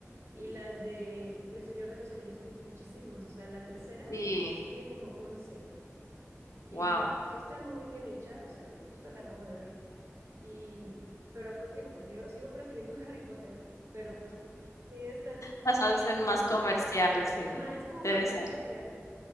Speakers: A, on the right (about 60°); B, on the left (about 80°).
A: Y las de El Señor de los Anillos tienen muchísimos, o sea, la tercera
B: sí,
A: tiene como once Y
B: Wow.
A: sí está muy bien hecha, o sea, la- justo la acabo de ver. Y, pero pues digo, prefiero, sigo prefiriendo <laughs> Harry Potter, pero pues sí sí están
B: Las
A: súper
B: hacen
A: bien
B: más comerciales,
A: hechas.
B: sí,
A: Ajá, es como
B: debe
A: más
B: ser,
A: comercial,